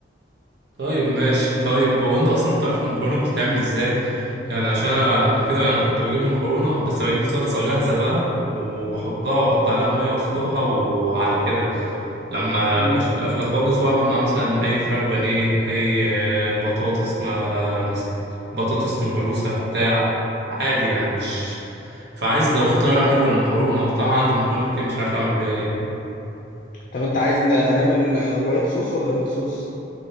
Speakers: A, on the right (about 65°); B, on the left (about 45°).
A: طيب ماشي طيب هو انت اصلا بتعرف المكرونه بتتعمل ازاي يعني عشان انا قبل كده يعني كنت بجيب مكرونه بس بجيب صلصه جاهزه بقى وبحطها واحط عليها ميه واسلقها وعلى كده لما
B: مم.
A: بقاش في قفله خالص واعمل معاها مثلا اي فراخ بانيه اي آه، بطاطس ما مس- بطاطس مهروسه بتاع عادي يعني مش فعايز لو في طريقه حلوه للمكرونه بصراحه عندي مكرونه كتير مش عارف اعمل بيها إيه.
B: طب انت عايز ن- نعمل آه، وايت صوص ولا ريد صوص